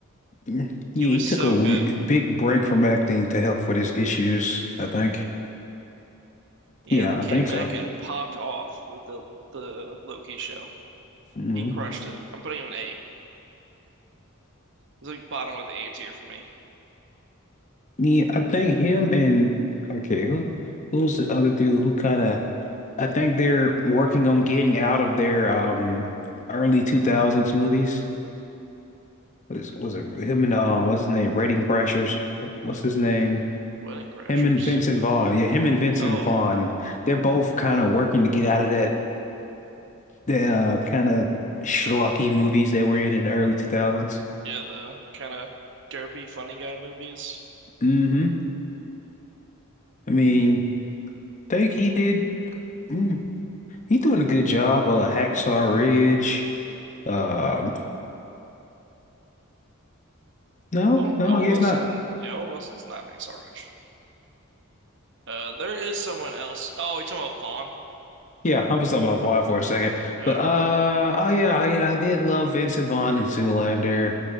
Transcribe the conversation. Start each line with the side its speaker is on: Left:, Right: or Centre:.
Left: Yeah, he
Right: He was
Left: took
Right: so
Left: a w-
Right: good.
Left: big break from acting to help with his issues, I think.
Right: Yeah,
Left: Yeah,
Right: and they came
Left: I think
Right: back
Left: so.
Right: and popped off with the the Loki show.
Left: hmm
Right: He crushed it. I'm putting him an A. He's like bottom of the A tier for me.
Left: Yeah, I think him and okay, who who's the other dude who kind of I think they're working on getting out of their um early 2000s movies. Was was it him and uh what's his name? Rating Crashers. What- What's his name?
Right: Wedding Crashers.
Left: Him and Vincent Vaughn. Yeah, him and Vincent
Right: Oh,
Left: Vaughn. They're both kind of working to get out of that the uh, kind of schlocky movies they were in in the early 2000s.
Right: Yeah, the kind of derpy funny guy movies.
Left: Mm-hmm. I mean, think he did mm, he's doing a good job. Uh Hacksaw Ridge. Um no,
Right: Owen,
Left: no,
Right: Owen
Left: I guess
Right: Wilson,
Left: not.
Right: yeah, Owen Wilson's not an Hacksaw Ridge. Uh, there is someone else. Oh, you talking about Vaughn?
Left: Yeah, I was talking about Vaughn for a second,
Right: Oh,
Left: but uh, oh yeah, oh yeah, I did love Vincent Vaughn in Zoolander.